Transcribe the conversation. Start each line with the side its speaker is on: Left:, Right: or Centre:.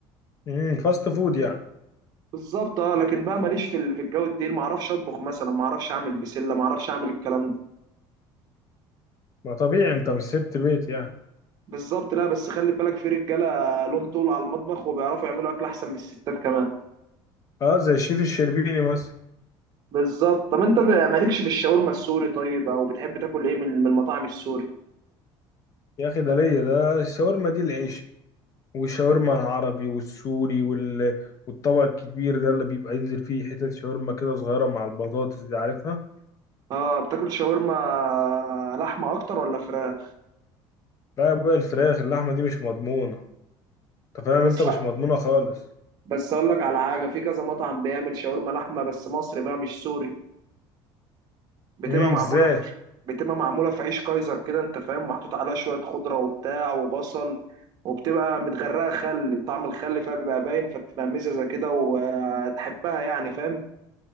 Left: امم فاست فود يعني
Right: بالظبط اه لكن بقى ماليش في ال- في الجو التقيل ما اعرفش اطبخ مثلا ما اعرفش اعمل بسله ما اعرفش اعمل الكلام ده.
Left: ما طبيعي انت مش ست بيت يعني
Right: بالظبط لا بس خلي بالك في رجاله لهم طول على المطبخ وبيعرفوا يعملوا اكل احسن من الستات كمان
Left: اه زي الشيف الشربيني مثلا
Right: بالظبط طب انت ب- مالكش في الشاورما السوري طيب او بتحب تاكل ايه من من المطاعم السوري
Left: يا اخي ده ليا ده الشاورما دي العيش والشاورما العربي والسوري وال... والطبق الكبير ده اللي بيبقى ينزل فيه حتت شاورما كده صغيره مع البطاطس دي عارفها
Right: اه بتاكل شاورما لحمه اكتر ولا فراخ
Left: لا يا ابويا الفراخ اللحمه دي مش مضمونه انت فاهم
Right: لا بس
Left: انت مش مضمونة خالص
Right: بس اقول لك على حاجه في كذا مطعم بيعمل شاورما لحمه بس مصري بقى مش سوري بتبقى
Left: امم
Right: معموله
Left: ازاي
Right: في بتبقى معموله في عيش كايزر كده انت فاهم محطوط عليها شويه خضره وبتاع وبصل وبتبقى متغرقه خل طعم الخل فيها بيبقى باين فبتبقى مززه كده وتحبها يعني فاهم